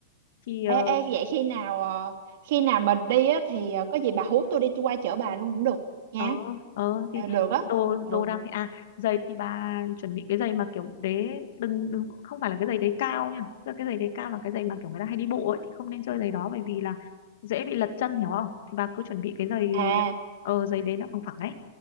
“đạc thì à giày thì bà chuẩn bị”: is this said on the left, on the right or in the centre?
Left